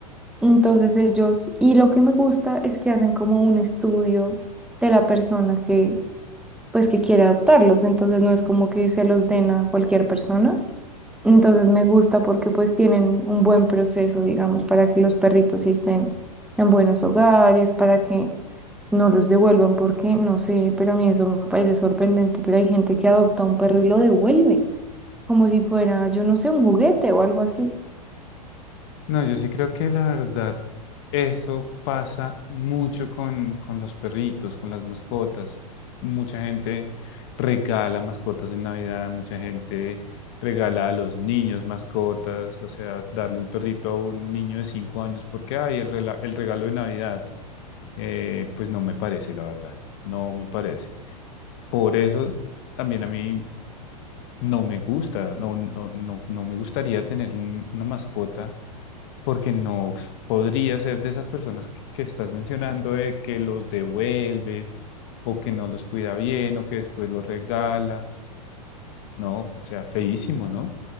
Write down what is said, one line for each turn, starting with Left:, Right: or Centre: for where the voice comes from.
Centre: Entonces ellos, y lo que me gusta es que hacen como un estudio de la persona que, pues, que quiere adoptarlos. Entonces no es como que se los den a cualquier persona. Entonces me gusta porque pues tienen un buen proceso, digamos, para que los perritos sí estén en buenos hogares, para que no los devuelvan, porque no sé, pero a mí eso me parece sorprendente, pero hay gente que adopta un perro y lo devuelve, como si fuera, yo no sé, un juguete o algo así.
Left: No, yo sí creo que la verdad, eso pasa mucho con, con los perritos, con las mascotas. Mucha gente regala mascotas en Navidad, mucha gente regala a los niños mascotas, o sea, darle un perrito a un niño de cinco años porque hay el, rela- el regalo de Navidad, eh, pues no me parece, la verdad, no me parece. Por eso también a mí no me gusta, no, no, no, no me gustaría tener un- una mascota porque no podría ser de esas personas que, que estás mencionando, de que los devuelve o que no los cuida bien o que después los regala. No, o sea, feísimo, ¿no?